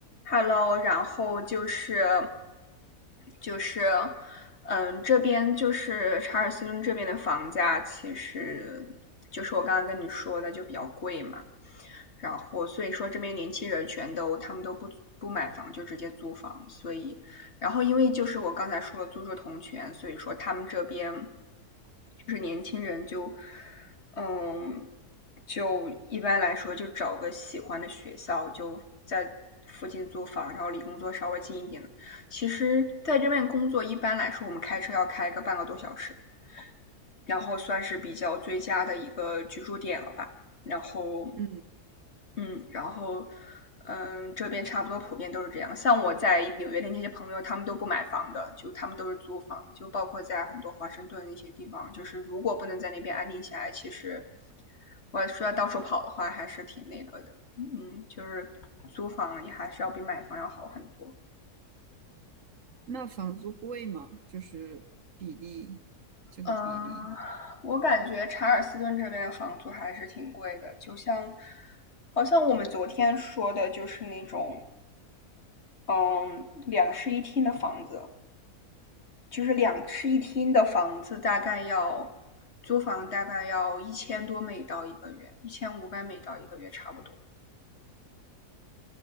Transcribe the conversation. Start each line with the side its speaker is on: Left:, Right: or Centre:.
Left: Hello，然后就是就是嗯，这边就是查尔斯顿这边的房价，其实就是我刚刚跟你说的就比较贵嘛。然后所以说这边年轻人全都他们都不不买房，就直接租房，所以然后因为就是我刚才说了租住同权，所以说他们这边就是年轻人就嗯就一般来说就找个喜欢的学校就在。附近租房，然后离工作稍微近一点的。其实，在这边工作一般来说，我们开车要开个半个多小时，然后算是比较最佳的一个居住点了吧。然后
Right: 嗯，
Left: 嗯，然后，嗯，这边差不多普遍都是这样。像我在纽约的那些朋友，他们都不买房的，就他们都是租房，就包括在很多华盛顿那些地方，就是如果不能在那边安定下来，其实我需要到处跑的话，还是挺那个的。嗯，就是租房也还是要比买房要好很多。
Right: 那房租贵吗？就是比例，这个比例，
Left: 嗯，我感觉查尔斯顿这边的房租还是挺贵的，就像好像我们昨天说的，就是那种嗯两室一厅的房子，就是两室一厅的房子，大概要租房大概要一千多美刀一个月，一千五百美刀一个月差不多。